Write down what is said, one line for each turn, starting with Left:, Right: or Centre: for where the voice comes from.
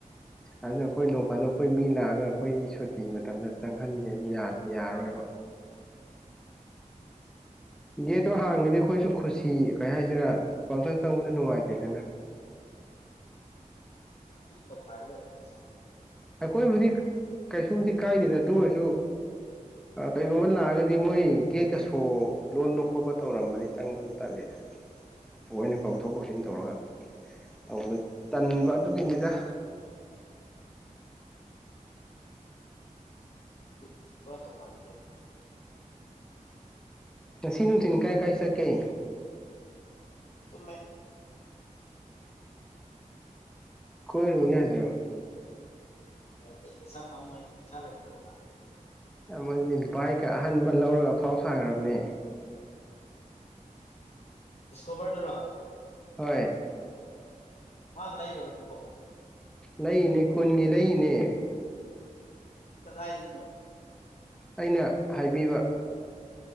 Centre: ꯑꯗꯨꯅ ꯑꯈꯣꯏ ꯅꯣꯡ ꯐꯥꯗꯣꯛ ꯑꯩꯈꯣꯏ ꯃꯤ ꯂꯥꯛꯑꯒ ꯑꯩꯈꯣꯏꯒꯤ ꯁꯨꯇꯤ ꯃꯇꯝꯗ ꯆꯪꯍꯟꯒꯦꯅ ꯌꯥꯠ ꯌꯥꯔꯔꯣꯏꯕ ꯒꯦꯠꯇꯣ ꯍꯥꯡꯉꯗꯤ ꯑꯩꯈꯣꯏꯁꯨ ꯈꯨꯁꯤ ꯀꯩ ꯍꯥꯏꯁꯤꯔꯥ ꯄꯪꯆꯟ ꯆꯪꯕꯗꯣ ꯅꯨꯡꯉꯥꯏꯇꯦꯗꯅ
Left: ꯄꯥꯔꯇꯤ ꯇꯧꯈꯥꯏꯒꯗꯕꯅꯤꯅꯦ ꯆꯪꯉꯒ
Centre: ꯑꯈꯣꯏꯕꯨꯗꯤ ꯀꯩꯁꯨꯕꯨꯗꯤ ꯀꯥꯏꯗꯦꯗ ꯑꯗꯨ ꯑꯣꯏꯔꯁꯨ ꯑ ꯀꯩꯒꯨꯝꯕ ꯂꯥꯛꯑꯒꯗꯤ ꯃꯣꯏ ꯒꯦꯠꯀ ꯁꯣ ꯂꯣꯟꯕ ꯈꯣꯠꯄ ꯇꯧꯔꯝꯕꯗꯤ ꯆꯪꯕꯗꯣ ꯇꯜꯂꯦ <inaudible> ꯊꯑꯣꯏꯅ ꯀꯧꯊꯣꯛ ꯀꯧꯁꯤꯟ ꯇꯧꯔꯒ ꯇꯧꯕꯗ ꯇꯟꯕ ꯑꯗꯨꯒꯤꯅꯤꯗꯥ
Left: <unintelligible> ꯄꯨꯔꯥ ꯇꯣꯡꯉꯥꯟꯈ꯭ꯔꯦꯅꯦ
Centre: ꯉꯁꯤ ꯅꯨꯡꯊꯤꯟ ꯀꯥꯏ ꯀꯥꯏ ꯆꯠꯀꯦ
Left: ꯇꯨꯝꯃꯦ
Centre: ꯀꯣꯏꯔꯨ ꯌꯥꯗ꯭ꯔꯣ
Left: ꯌꯥꯗꯦ ꯄꯩꯁꯥ ꯄꯥꯝꯃꯨꯏ ꯄꯩꯁꯥ ꯂꯩꯇꯕꯒ
Centre: ꯑꯃꯖꯤ ꯕꯥꯏꯛꯀ ꯑꯍꯟꯕ ꯂꯧꯔꯒ ꯑꯐꯥꯎ ꯁꯥꯈ꯭ꯔꯕꯅꯦ
Left: ꯗꯤꯁꯀꯣꯕ꯭ꯔꯗꯨꯔꯣ
Centre: ꯍꯣꯏ
Left: ꯃꯥ ꯂꯩꯔꯕ ꯗꯨꯕꯣ
Centre: ꯂꯩꯅꯦ ꯈꯨꯟꯒꯤ ꯂꯩꯔꯤꯅꯦ
Left: ꯀꯗꯥꯏꯗꯩꯅꯣ
Centre: ꯑꯩꯅ ꯍꯥꯏꯕꯤꯕ